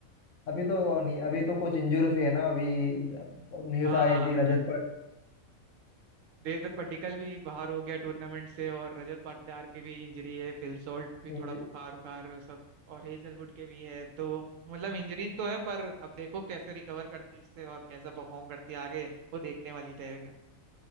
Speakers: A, on the left; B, on the right.
A: अभी तो नहीं अभी तो कुछ इंजूर हुई है ना अभी न्यूज
B: हाँ
A: आई
B: हाँ
A: थी रजत पर
B: देवदत्त पड्डीकल भी बाहर हो गया टूर्नामेंट से और रजत पाटीदार की भी इंजरी है फिल सॉल्ट भी
A: इंजु-
B: थोड़ा बुखार उखार वो सब और हेजलवुड के भी है तो मतलब इंजरीज तो है पर अब देखो कैसे रिकवर करती है इससे और कैसा परफॉर्म करती है आगे वो देखने वाली रहेगा